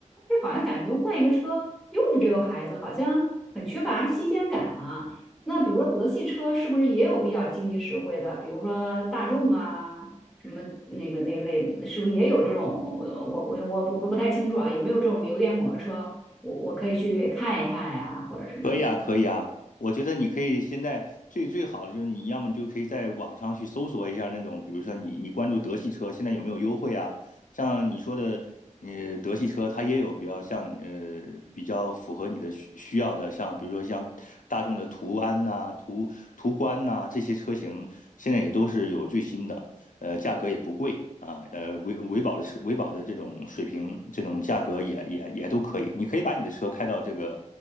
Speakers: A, in the centre; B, on the left.
A: 这好像感觉换一个车又是这个牌子，好像很缺乏新鲜感啊。那比如说德系车是不是也有比较经济实惠的？比如说大众啊，什么那个那类，是不是也有这种？呃我我我不不太清楚啊，有没有这种油电混合车？我我可以去看一看呀，或者什么的。
B: 可以啊，可以啊，我觉得你可以现在最最好的就是你要么就可以在网上去搜索一下那种，比如说你你关注德系车现在有没有优惠啊？像你说的，呃，德系车它也有比较像呃比较符合你的需需要的，像比如说像大众的途安呐、途途观呐、这些车型，现在也都是有最新的。呃，价格也不贵啊，呃，维维保的车，维保的这种水平，这种价格也也也都可以。你可以把你的车开到这个